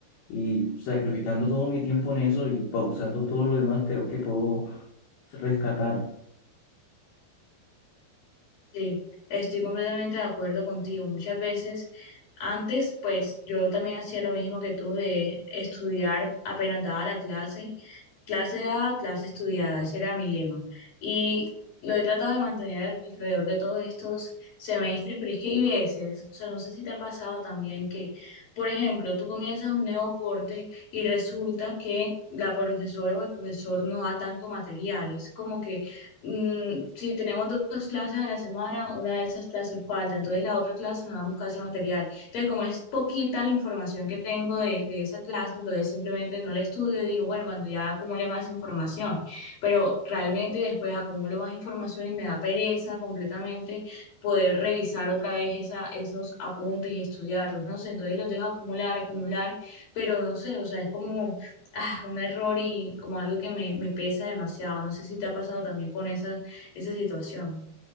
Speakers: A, on the left; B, on the left.
A: y sacrificando todo mi tiempo en eso y pausando todo lo demás, creo que puedo rescatar.
B: Sí, estoy completamente de acuerdo contigo. Muchas veces, antes, pues yo también hacía lo mismo que tú de estudiar apenas daba la clase, clase dada, clase estudiada, ese era mi lema. Y lo he tratado de mantener alrededor de todos estos semestres, pero es que hay veces, o sea, no sé si te ha pasado también que, por ejemplo, tú comienzas un nuevo corte y resulta que la profesora o el profesor no da tanto material. Es como que mm, si tenemos do- dos clases a la semana, una de esas clases falta, entonces la otra clase nos damos casi material. Entonces, como es poquita la información que tengo de, de esa clase, entonces simplemente no la estudio y digo, bueno, cuando ya acumule más información, pero realmente después acumulo más información y me da pereza completamente poder revisar otra vez esa, esos apuntes y estudiarlos, no sé, entonces los dejo acumular, acumular, pero no sé, o sea, es como ah, un error y como algo que me, me pesa demasiado. No sé si te ha pasado también con esa, esa situación.